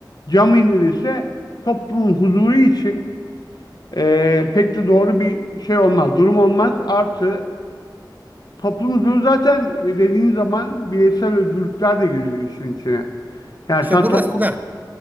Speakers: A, on the left; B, on the right.
A: cam indirirse toplumun huzuru için e, pek de doğru bir şey olmaz. Durum olmaz. Artı toplum huzuru zaten e, dediğin zaman bireysel özgürlükler de giriyor işin içine. Yani
B: İşte
A: sen
B: burası
A: toplum
B: da